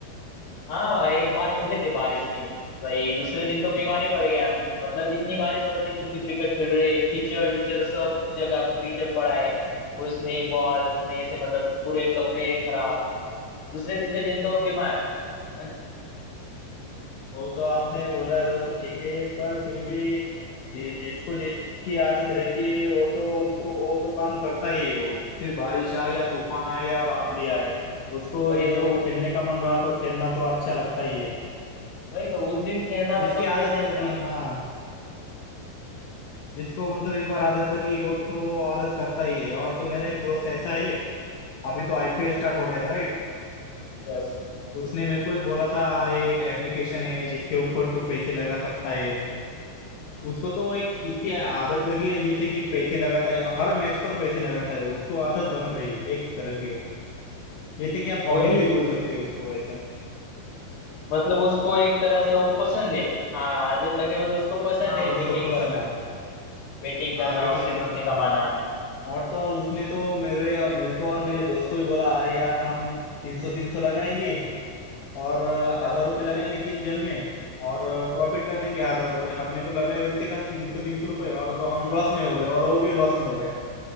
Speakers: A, on the left; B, on the left.
A: हाँ एक बार खेले थे बारिश में भाई दूसरे दिन तो बीमारी पड़ गया हमें मतलब इतनी बारिश हो रही थी फिर भी क्रिकेट खेल रहे कीचड़ विचड़ सब जगह पे कीचड़ पड़ा है उसमें ही बॉल उसमें ऐसे मतलब पूरे कपड़े खराब दूसरे तीसरे दिन तो बीमार <laughs>
B: वो तो आपने बोला वो तो ठीक है पर फिर भी जि, जिसको जिसकी आदत रहती है वो तो उसको वो तो काम करता ही है वो फिर बारिश आए या तूफान आए या आंधी आए उसको
A: वही
B: जो
A: तो
B: खेलने का मन रहा तो खेलना तो अच्छा लगता ही है
A: वही तो उस दिन खेलना था
B: जिसकी
A: तो खेलना
B: आदत
A: ही
B: लगी
A: था
B: हाँ जिसको मतलब एक बार आदत लगी वो तो आदत करता ही है और तो मेरा एक दोस्त ऐसा है अभी तो आईपीएल स्टार्ट हो गया था राइट
A: यस
B: उसने मेरे को एक बोला था अरे एक एप्लीकेशन है जिसके ऊपर तू पैसे लगा सकता है उसको तो एक इतनी आदत लगी है जैसे कि पैसे लगाता है हर मैच पर पैसे लगाता है उसको आदत बन गई एक तरह की वो जैसे कि आप
A: वही
B: हॉबीज भी बोल सकते हो उसको ऐसा
A: मतलब उसको एक तरह से वो पसंद है हाँ आदत लगे मतलब उसको पसंद
B: हाँ
A: है
B: उसको
A: बेटिंग
B: पसंद
A: करना
B: है
A: बेटिंग करना
B: हाँ बैटिंग
A: उससे
B: करना
A: पैसे
B: पसंद
A: कमाना
B: है और तो और उसने तो मेरे मेरे को और मेरे दोस्त को भी बोला अरे यार हम तीन सौ तीन सौ लगाएंगे और अ,
A: हाँ
B: हजार रुपये लगाएंगे तीन जन में और प्रॉफिट कर देंगे हजार रुपये हमने तो लगाए उसके साथ तीन सौ तीन सौ रुपये और तो हम लॉस में हो गए और वो भी लॉस में हो गए